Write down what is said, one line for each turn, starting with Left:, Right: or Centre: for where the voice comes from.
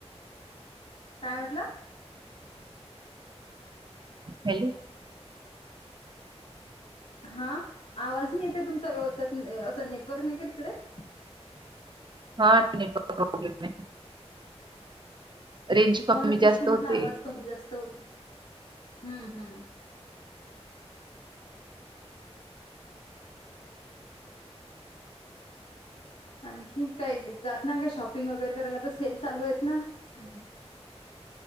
Left: काय म्हटलं?
Right: हॅलो!
Left: हा आवाज नही येत हे तुमचा व्यवस्थत असं नेटवर्क नही का तिकडे? <unintelligible>
Right: हा नेटवर्क प्रॉब्लेम ये. रेंज
Left: हो
Right: कमी
Left: ना तेच
Right: जास्त
Left: तर म्हटलं
Right: होते.
Left: आवाज
Right: <inaudible>
Left: कमी जास्त होते हम्म हम्म आणखी काय जात ना काय शॉपिंग वगैरे करायला त सेल चालू आहेत ना <unintelligible>